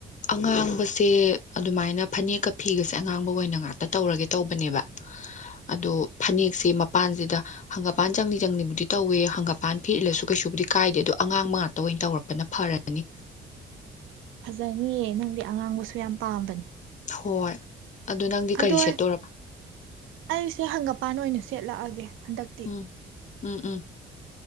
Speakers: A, on the left; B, on the right.
A: ꯑꯉꯥꯡꯕꯁꯦ ꯑꯗꯨꯃꯥꯏꯅ ꯐꯅꯦꯛꯀ ꯐꯤꯒꯁꯦ ꯑꯉꯥꯡꯕ ꯑꯣꯏꯅ ꯉꯥꯛꯇ ꯇꯧꯔꯒꯦ ꯇꯧꯕꯅꯦꯕ ꯑꯗꯣ ꯐꯅꯦꯛꯁꯦ ꯃꯄꯥꯟꯁꯤꯗ ꯍꯪꯒꯄꯥꯟ ꯆꯪꯂꯤ ꯆꯪꯂꯤꯕꯨꯗꯤ ꯇꯧꯋꯦ ꯍꯪꯒꯄꯥꯟ ꯐꯤ ꯏꯜꯂꯁꯨ ꯀꯩꯁꯨꯕꯨꯗꯤ ꯀꯥꯏꯗꯦ ꯑꯗꯣ ꯑꯉꯥꯡꯕ ꯉꯥꯛꯇ ꯑꯣꯏꯅ ꯇꯧꯔꯛꯄꯅ ꯐꯔꯅꯤ
B: ꯐꯖꯅꯤꯌꯦ ꯅꯪꯗꯤ ꯑꯉꯥꯡꯕꯁꯨ ꯌꯥꯝ ꯄꯥꯝꯕꯅꯤ
A: ꯍꯣꯏ ꯑꯗꯨ ꯅꯪꯗꯤ
B: ꯑꯗꯣ
A: ꯀꯔꯤ ꯁꯦꯠꯇꯣꯔꯕ
B: ꯑꯩꯁꯦ ꯍꯪꯒꯝ ꯄꯥꯟ ꯑꯣꯏꯅ ꯁꯦꯠꯂꯛꯑꯒꯦ ꯍꯟꯗꯛꯇꯤ
A: ꯎꯝ ꯎꯝ ꯎꯝ